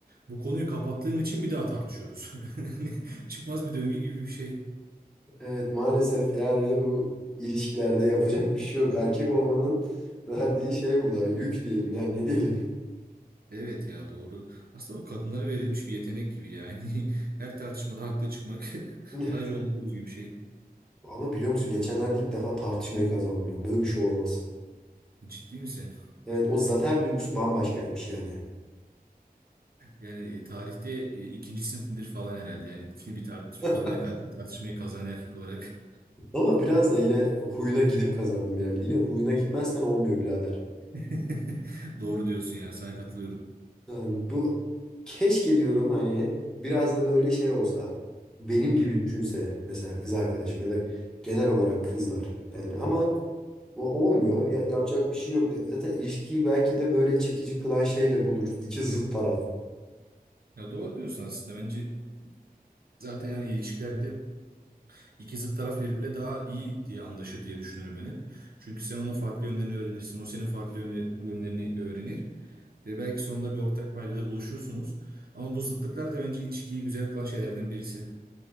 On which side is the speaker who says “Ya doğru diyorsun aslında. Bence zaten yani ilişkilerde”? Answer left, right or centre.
Right